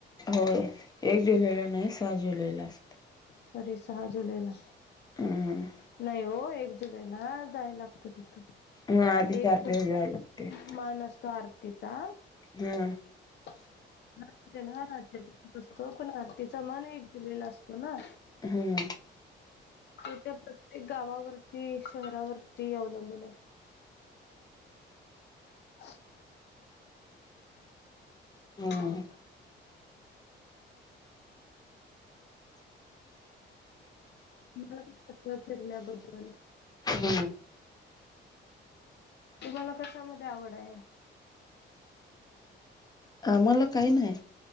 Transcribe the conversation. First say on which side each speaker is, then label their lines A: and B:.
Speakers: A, on the left; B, on the left.
A: होय एक जुलैला नाही, सहा जुलैला असतं.
B: साँरी सहा जुलैला.
A: हम्म.
B: नाई ओ एक जुलैला जाय लागतं तिथं.
A: हा आधी
B: एक
A: चार
B: जुलैला
A: दिवस जाय लागते.
B: मान असतो आरतीचा.
A: हम्म.
B: <inaudible> सहा जुलैला राज्याभिषेक असतो, पण आरतीचा मन एक जुलैला असतो ना.
A: हम्म.
B: ते त्या प्रत्येक गावावरती, शहरावरती अवलंबून असतं. <inaudible> <inaudible>
A: हम्म
B: <unintelligible> पत्र फिरल्याबद्दल.
A: हम्म
B: तुम्हाला कशामध्ये आवड आहे?
A: मला काई न्हाय